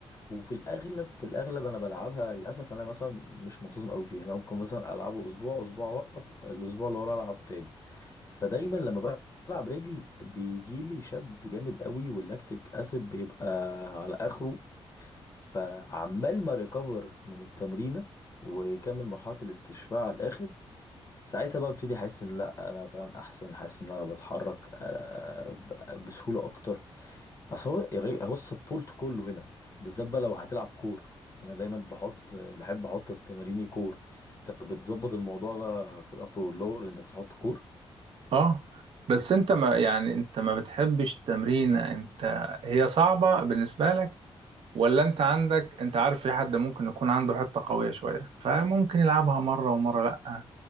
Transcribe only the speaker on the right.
اه بس انت ما يعني انت ما بتحبش التمرين انت هي صعبة بالنسبة لك ولا انت عندك انت عارف في حد ممكن يكون عنده حتة قوية شوية فممكن يلعبها مرة ومرة لا